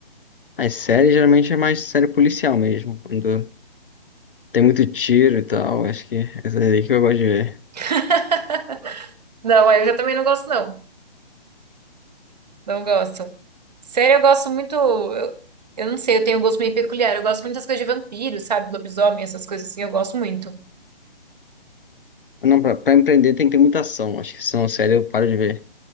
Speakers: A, on the left; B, on the right.
A: As séries geralmente é mais série policial mesmo, quando tem muito tiro e tal, acho que é essa aí que eu gosto de ver.
B: <laughs> Não, aí eu já também não gosto, não. Não gosto. Sério, eu gosto muito. Eu, eu não sei, eu tenho um gosto meio peculiar. Eu gosto muito das coisas de vampiro, sabe? Lobisomem, essas coisas assim, eu gosto muito.
A: Não, pra, pra empreender tem que ter muita ação, acho que se não série eu paro de ver.